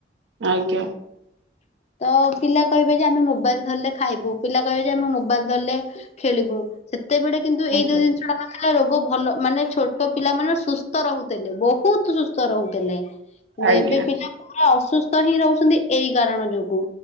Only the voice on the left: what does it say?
<inaudible> ତ ପିଲା କହିବେ ଯେ ଆମେ ମୋବାଇଲ ଧରଲେ ଖାଇବୁ ପିଲା କହିବେ ଯେ ଆମେ ମୋବାଇଲ ଧରିଲେ ଖେଳିବୁ ସେତେବେଳେ କିନ୍ତୁ
ଏଇ ଯୋଉ ଜିନିଷ ଟା ଥିଲା ରୋଗ ଭଲ ମାନେ ଛୋଟ ପିଲା ମାନେ ସୁସ୍ଥ ରହୁଥିଲେ ବହୁତ୍ ସୁସ୍ଥ ରହୁଥିଲେ କିନ୍ତୁ
ଏବେ ପିଲା ମାନେ ଅସୁସ୍ଥ ହିଁ ରହୁଛନ୍ତି ଏଇ କାରଣ ଯୋଗୁ